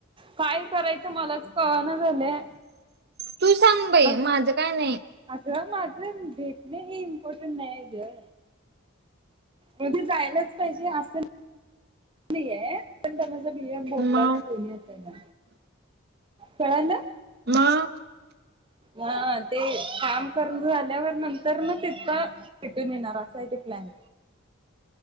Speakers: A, on the right; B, on the right.
A: काय करायच मलाच कळना झालं
B: तू सांग बाई
A: अ
B: माझं काय नाही
A: अग माझं भेटणे हे इम्पॉर्टंट नाही आहे ग म्ह ते जायलाच पाहिजे असं नाहीये पण माझा बिया भोमला
B: मग
A: नाही दोनया त्यांना कळालं
B: म
A: हा ते काम करून झाल्यावर नंतर ना त इतका भेटून येणार असाय ते प्लॅन